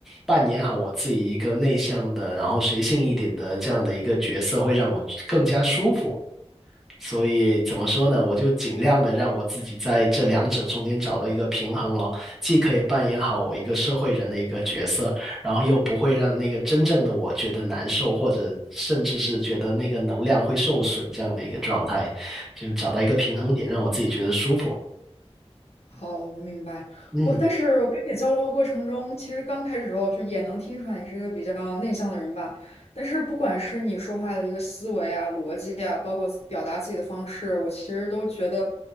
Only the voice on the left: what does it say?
好，我明白。
我但是跟你交流过程中，其实刚开始时候就也能听出来你是一个比较内向的人吧。但是不管是你说话的一个思维啊、逻辑啊，包括表达自己的方式，我其实都觉得，